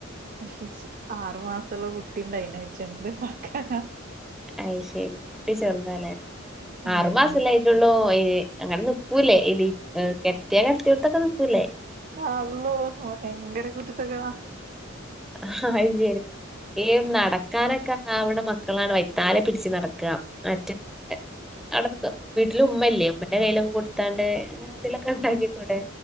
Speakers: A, on the right; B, in the centre.
A: <unintelligible> ആറു മാസള്ള കുട്ടിണ്ടയിനെ വെച്ചെന്ത്ണ്ടാക്കാനാ.
B: അയ് ശരി. ട്ടി ചെർതാലെ
A: ഉം
B: ആറുമാസല്ലായ്റ്റുള്ളൂ. അയിന് അങ്ങന ന്ക്കൂലെ എലി എ കെടത്യാ കെടത്ത്യോട്ത്തൊക്ക ന്ക്കൂലെ. കിടത്തിയോടത്തൊക്കെ നിക്കൂലെ.
A: ആള്ളോ വയങ്കര കുരുത്തക്കേടാ
B: അ ഹ ഹ <unintelligible> ഈം നടക്കാനൊക്ക ആവ്ണ മക്കളാണ് വൈത്താല പിടിച്ച് നടക്ക <unintelligible> <unintelligible> വീട്ടിലുമ്മല്ലെ ഉമ്മന്റെ കയ്യിലൊന് കൊടുത്താണ്ട് ന്തെലൊക്കണ്ടാക്കിക്കൂടെ?